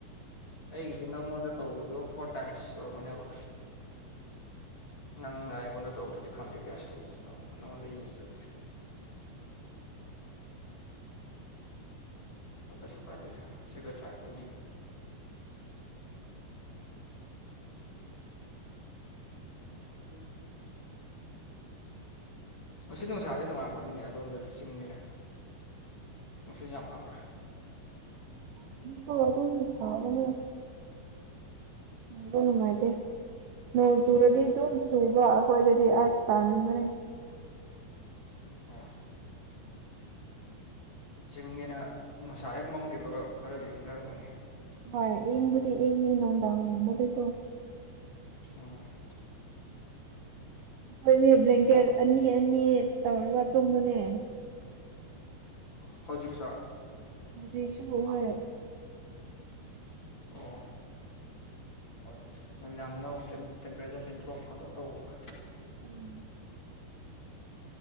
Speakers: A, on the left; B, on the right.
A: ꯑꯩꯒꯤꯗꯤ ꯅꯪꯉꯣꯟꯗ ꯇꯧꯕꯗꯣ ꯐꯣꯔ ꯇꯥꯏꯝꯁ ꯁꯨꯔꯝꯒꯅꯦꯕ ꯅꯪꯅ ꯑꯩꯉꯣꯟꯗ ꯇꯧꯔꯛꯄꯗꯤ ꯈꯪꯗꯦ ꯀꯌꯥ ꯁꯨꯔꯣꯅꯣ ꯅꯪ ꯅꯪꯉꯣꯟꯗ ꯌꯦꯡꯗꯤꯦ
B: <inaudible> <inaudible>
A: ꯄꯁ ꯀꯥꯏꯗ ꯁꯤꯒꯠꯇ꯭ꯔ ꯇ ꯎꯝ ꯎꯝ ꯅꯨꯡꯁꯤꯠ ꯅꯨꯡꯁꯥꯗꯤ ꯅꯨꯡꯉꯡꯕꯅꯤꯅꯦ ꯑꯗꯣꯝꯗꯗꯤ ꯆꯤꯡꯅꯤꯅꯦ ꯅꯨꯡꯁꯤꯠ ꯌꯥꯝ ꯂꯥꯛꯄ ꯋꯥ
B: ꯍꯗ ꯁꯥꯥꯕꯅꯦ ꯃꯒꯅꯅꯨꯡꯃꯗꯦ ꯅꯣꯡ ꯆꯨꯨꯔꯗꯤ ꯑꯗꯨꯝ ꯆꯨꯕ ꯑꯩꯈꯣꯏꯗꯗꯤ ꯑꯁ ꯇꯥꯟꯕꯅꯦ
A: ꯑ ꯆꯤꯡꯅꯤꯅ ꯅꯨꯡꯁꯥ ꯍꯦꯛ ꯃꯝꯈꯤꯕꯒ ꯈꯔꯗꯤ ꯏꯪꯊꯔꯛꯃꯅꯤ
B: ꯍꯣꯏ ꯑꯩꯪꯕꯨꯗꯤ ꯑꯩ ꯅꯨꯡꯗꯥ ꯉꯕꯗꯨꯀꯣ
A: ꯑꯝ
B: ꯑꯩꯈꯣꯏꯗꯤ ꯕ꯭ꯂꯦꯡꯀꯦꯠ
A: ꯑꯃꯨꯛ
B: ꯑꯅꯤ ꯑꯅꯤ ꯇꯧꯔꯒ ꯇꯨꯝꯕꯅꯦ
A: ꯍꯧꯖꯤꯛ ꯁꯥ
B: ꯗꯤꯁꯨꯕ
A: ꯑꯣ ꯍꯣꯏ ꯅꯨꯃꯤꯗꯥꯡꯗꯅ ꯑꯃꯨꯛ ꯇꯦꯝꯄꯔꯦꯆꯔꯁꯤ ꯗ꯭ꯔꯣꯞ ꯈꯇ ꯇꯧꯕ
B: ꯎꯝ